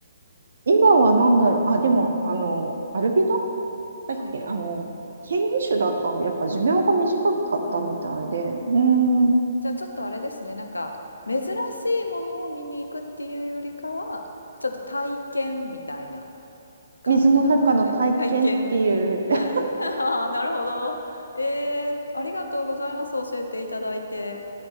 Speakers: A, on the right; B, on the left.
A: 今はなんだろうあでもあのアルビドだっけあの変異種だったんでやっぱ寿命が短かったみたいでうーん
B: はいはい。へえ、ああ。じゃあちょっとあれですね、なんか珍しいものを見に行くっていうよりかは、ちょっと体験みたいな感じなんですね。
A: 水の中の体験っていう
B: 体験。はい。
A: <laughs>
B: <laughs> ああ、なるほど。えー、ありがとうございます。教えていただいて。